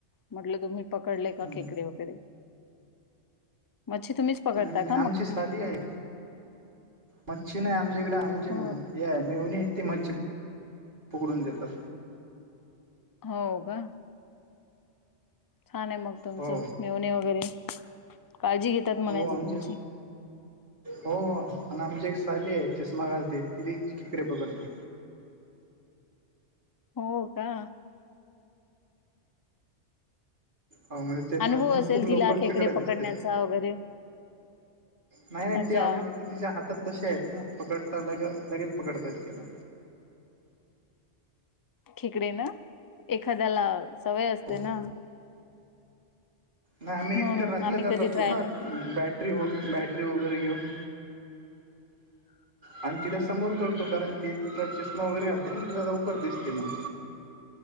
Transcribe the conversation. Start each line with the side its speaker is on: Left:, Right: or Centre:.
Left: म्हटलं तुम्ही पकडले
Right: हम्म.
Left: का खेकडे वगैरे... मच्छी तुम्हीच पकडता
Right: आम्ही
Left: का
Right: नाही
Left: मग
Right: आमची साली आहे... मच्छी नाही आमच्या इकडें आमची
Left: हो
Right: हे मेहूनी... ती मच्छी पकडून देतात
Left: हो का? छान आहे मग तुमचं
Right: हो
Left: मेव्हणी वगैरे... काळजी घेतात म्हणायचं
Right: हो आमची
Left: तुमची
Right: हो आणि आमची एक साली आहे, चष्मा घालते ति <unintelligible> खेकडे पकडते.
Left: हो का?
Right: हो म्हणजे चष्मातून
Left: अनुभव असेल
Right: खूप लवकर
Left: तिला खेकडे
Right: खेकडा दिसते.
Left: पकडण्याचा वगैरे
Right: नाही नाही
Left: अच्छा
Right: ते ऑलरेडी ते तिच्या हातात तसे आहेत ना पकडता लगे लगेच पकडतात तिला
Left: खेकडे ना, एखाद्याला सवय असते
Right: हो
Left: ना
Right: नाही आम्ही
Left: म्हणून
Right: एक तर राहिल
Left: आम्ही
Right: जात
Left: कधी
Right: असतो
Left: ट्राय
Right: ना,
Left: नाही केला.
Right: बॅटरी व बॅटरी वगैरे घेऊन...
Left: हम...
Right: आणि तिला समोर करतो कारण ती तिला चष्मा वगैरे घाते ना तिला लवकर दिसते मग...